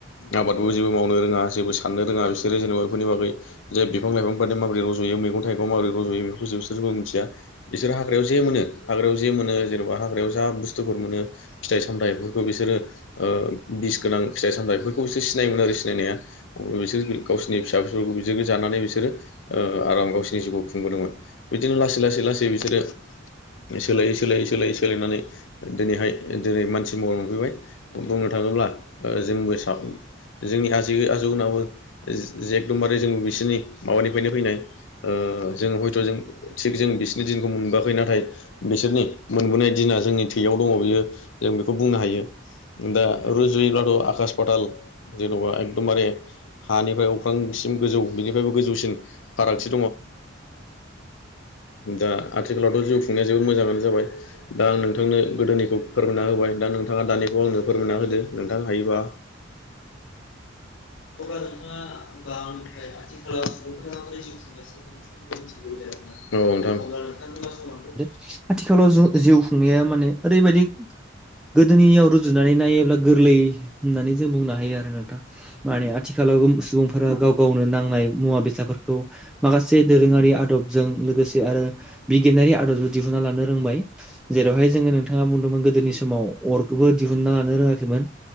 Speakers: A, on the left; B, in the centre.
A: आबादखौ जेबो मावनो रोङा जेबो साननो रोङा। बिसोरो जेनेबा बेफोरनि बागै जे बिफां लाइफां बदि माबोरै रज'यो मैगं थाइगं माबोरै रज'यो बेखौफोरखौ बिसोरबो मिथिया। बिसोर हाग्रायाव जे मोनो जे मोनो जेनेबा हाग्रायाव जा बुस्थुफोर मोनो फिथाइ सामथफोरखौ बिसोरो बिस गोनां फिथाइ सामथफोरखौ बिसोर सिनायोमोन आरो सिनाया बिसोर गावसिरनि फिसा फिसौफोरखौ बिोर जानानै बिसोरो आराम गावोरनि जिउखौ खुंबोदोंमोन। बिदिनो लासै लासै ला <inaudible> सोलायै सोलायै सोलायै सोलायनानै दिनैहाय दिनै मानसि महर मोनफैबाय बुंनो थाङोब्ला जोंबो जोंनि आजै आजौनाबो एकदमबारे जोंबो बिसोरनि माबानिफ्रायनो फैनाय ओ जोङो हयथ' जों थिग जों बि जों मोनबोआखै नाथाय मोनबोनाय दिना जोंनि थैयाव दङ बियो जों बेखौ बुंनो हायो दा रुजुयोब्लाथ' आकास फाथाल जेन'बा एकदमबारे हानिफ्राय अख्रांसिम गोजौ बिनिफ्रायबो गोजौसिन फारागथि दङ। दा आथिखालावथ' जिउ खुंनाय जायो जाबाय दा आं नोंथांनो गोदोनिखौ फोरमायना होबाय दा नोंथाङा दानिखौ आंनो फोरमायना होदो नोंथां हायोबा अब्ला नोंथाङा होमबा आंनिफ्राय आथिखालाव सुबुंफोरा माबोरै जिउ खुंगासिनो बेनि सोमोन्दै मिथिनो लुबैदों आरोना औ नोंथां अब्ला नोंथां खोनासंलांदो।
B: आथिखालाव जों जिउ खुंनाया माने ओरैबायदि गोदोनियाव रुजुनानै नायोब्ला गोरलै होननानै जों बुंनो हायो आरो नोंथां। माने आथिखालाव सुबुंफोरा गाव गावनो नांनाय मुवा बेसादफोरखौ माखासे दोरोङारि आदबजों लोगोसे आरो बिगियानारि आदबजों दिहुनना लानो रोंबाय जेरावहाय जोङो नोंथाङा बुदोंमोन गोदोनि समाव अरखौ दिहुनना लानो रोङाखैमोन